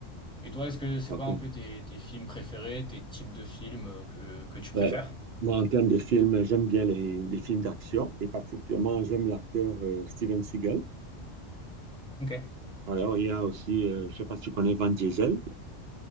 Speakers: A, in the centre; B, on the right.
A: Et toi, est-ce que c'est
B: Ok.
A: quoi un peu tes, tes films préférés, tes types de films euh, que, que tu préfères?
B: Ouais. Moi, en termes de films, j'aime bien les, les films d'action et particulièrement, j'aime l'acteur euh, Steven Seagal.
A: Ok.
B: Alors, il y a aussi, euh, je ne sais pas si tu connais Van Diesel,